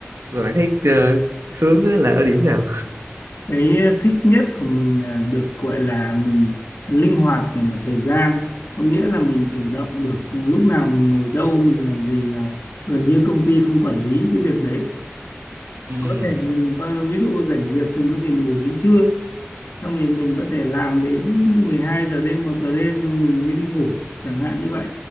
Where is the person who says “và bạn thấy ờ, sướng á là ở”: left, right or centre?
Right